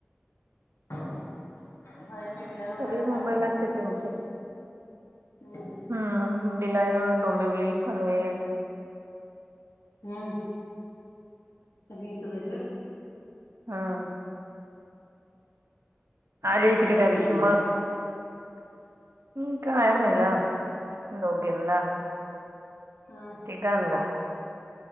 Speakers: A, on the left; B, on the right.
A: <unintelligible> काय हायत
B: सगळी मुंबईलाच
A: वाटतं?
B: आहे त्यांची
A: हम हम
B: हा मिरा रोड डोंबिवली पनवेल
A: हम्म सगळी इथच हायत होय?
B: हम <unintelligible>
A: मग तू काय घेऊन गेलेलीस?
B: डोंबिव
A: हा
B: <unintelligible>